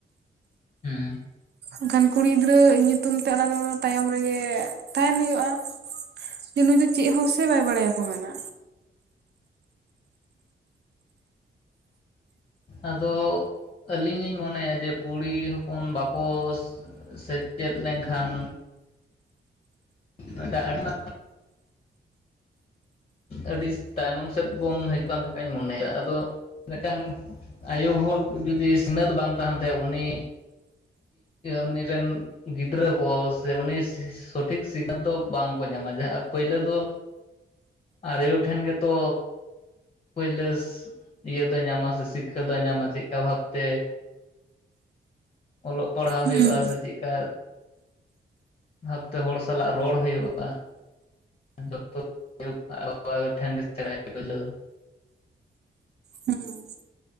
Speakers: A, on the left (about 30°); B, on the right (about 55°).
A: ᱦᱮᱸ
B: ᱮᱱᱠᱷᱟᱱ ᱠᱩᱲᱤ ᱜᱤᱫᱽᱨᱟᱹᱻ ᱧᱩᱛᱩᱢ ᱛᱮ ᱚᱱᱟ ᱫᱚ ᱟᱫᱟ ᱛᱟᱭᱚᱢ ᱨᱮᱜᱮᱻᱜ ᱛᱟᱦᱮᱱ ᱦᱩᱭᱩᱜᱼᱟ ᱡᱮ ᱱᱩᱭ ᱫᱚ ᱪᱮᱫ ᱦᱚᱸ ᱥᱮ ᱵᱟᱭ ᱵᱟᱲᱟᱭᱟ ᱠᱚ ᱢᱮᱱᱟ
A: ᱟᱫᱚ ᱟᱹᱞᱤᱧ ᱞᱤᱧ ᱢᱚᱱᱮᱭᱟ ᱡᱮ ᱠᱩᱲᱤ ᱦᱚᱯᱚᱱ ᱵᱟᱠᱚᱼ ᱥᱮᱪᱮᱫ ᱞᱮᱱᱠᱷᱟᱱ <inaudible> ᱟᱹᱰᱤ ᱛᱟᱭᱱᱚᱢ ᱥᱮᱫ ᱵᱚᱱ ᱦᱩᱭᱩᱜ ᱠᱟᱱ ᱞᱮᱠᱟᱧ ᱢᱚᱱᱮᱭᱟ ᱟᱫᱚ ᱢᱤᱫᱴᱟᱝ ᱟᱭᱳ ᱦᱚᱲ ᱡᱩᱫᱤ ᱥᱤᱱᱟᱹᱛ ᱵᱟᱝ ᱛᱟᱦᱮᱸᱱ ᱛᱟᱭᱟ ᱩᱱᱤ ᱩᱱᱤ ᱨᱮᱱ ᱜᱤᱫᱽᱨᱟᱹ ᱠᱚ ᱥᱮ ᱩᱱᱤ ᱥᱚᱴᱷᱤᱠ ᱥᱤᱠᱷᱱᱟᱹᱛ ᱫᱚ ᱵᱟᱝᱠᱚ ᱧᱟᱢᱟ ᱡᱟᱦᱟᱸ ᱯᱟᱭᱞᱟᱹ ᱫᱚ ᱟᱨ ᱟᱭᱩ ᱴᱷᱮᱱ ᱜᱮᱛᱚ ᱯᱟᱹᱭᱞᱟᱹ ᱤᱭᱟᱹ ᱫᱚᱭ ᱧᱟᱢᱟ ᱥᱮ ᱥᱤᱠᱠᱷᱟᱹ ᱫᱚᱭ ᱧᱟᱢᱟ ᱪᱮᱫ ᱞᱮᱠᱟ ᱵᱷᱟᱵᱽᱛᱮ ᱚᱞᱚᱜ ᱯᱟᱲᱦᱟᱣ
B: ᱦᱩᱸ
A: ᱦᱩᱭᱩᱜᱭᱼᱟ ᱥᱮ ᱪᱮᱫᱠᱟ ᱵᱷᱟᱵᱛᱮ ᱦᱚᱲ ᱥᱟᱞᱟᱜ ᱨᱚᱲ ᱦᱩᱭᱩᱜᱼᱟ ᱾ ᱡᱚᱛᱚ <unintelligible> ᱠᱚ ᱴᱷᱮᱱ ᱜᱮ ᱥᱮᱬᱟᱭᱟ ᱯᱳᱭᱞᱳ ᱫᱚ
B: ᱦᱩᱸ